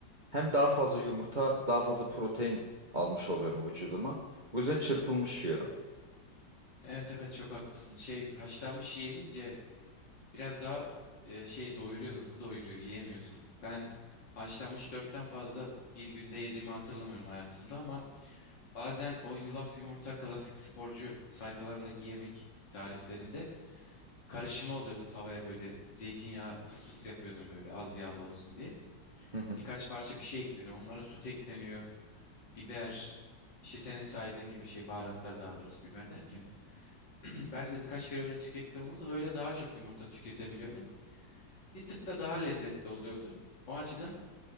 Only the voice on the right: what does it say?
Hem daha fazla yumurta, daha fazla protein almış oluyorum vücuduma. Bu yüzden çırpılmış yiyorum.
Hı hı.